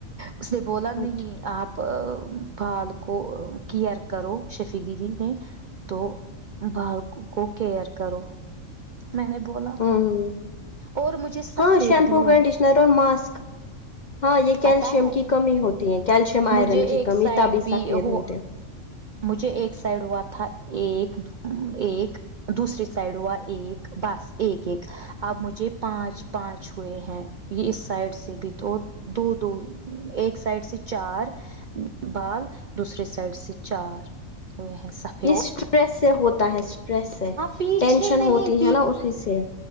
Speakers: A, on the right; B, on the left.
A: اس نے بولا نہیں
B: اچھا
A: آپ ا بات کو کیئر کرو شفیع دیدی نے تو بال کو کو کیئر کرو میں نے بولا
B: ہوں
A: اور مجھے سفید
B: ہاں شیمپو
A: بھی ہو
B: کنڈیشنر اور ماسک ہاں یہ کیلشیم
A: پتا ہے
B: کی کمی ہوتی ہے کیلشیم
A: مجھے
B: آئرن کی
A: ایک
B: کمی
A: سائڈ
B: تبھی
A: بھی
B: سفید
A: ہو
B: ہوتے
A: مجھے ایک سائڈ ہوا تھا ایک ایک دوسری سائڈ ہوا ایک بس ایک ایک اب مجھے پانچ پانچ ہوئے ہیں یہ اس سائڈ سے بھی تو اور دو دو ایک سائڈ سے چار بال دوسرے سائڈ سے چار ہوئے ہیں سفید
B: یہ
A: ہلو
B: اسٹریس سے ہوتا ہے اسٹریس سے
A: پیچھے
B: ٹینشن
A: نہیں
B: ہوتی
A: پی
B: ہے نا اسی سے